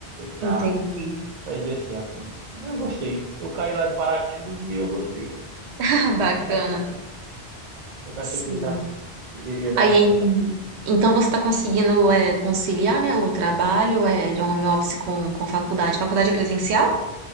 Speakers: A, on the right; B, on the right.
A: Entendi.
B: para para exercer a função. Aí eu gostei, eu caí lá de paraquedas e eu gostei,
A: <laughs> Bacana.
B: nunca achei que, nunca
A: Sim.
B: achei que ia dar, iria dar
A: Aí,
B: certo
A: em-
B: assim.
A: então você está conseguindo eh, conciliar, né, o trabalho eh, de home office com, com faculdade? Faculdade é presencial?